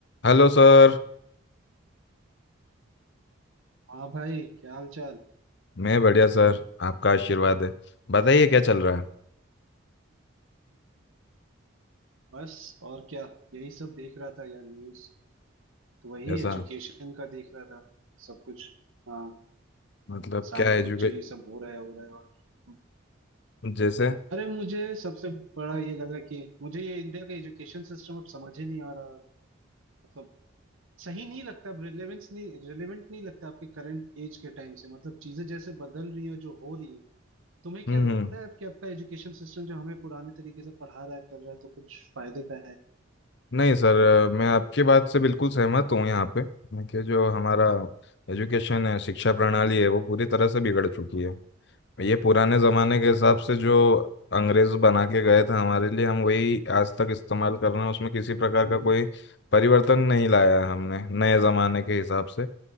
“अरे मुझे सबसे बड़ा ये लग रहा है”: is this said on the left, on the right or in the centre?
Right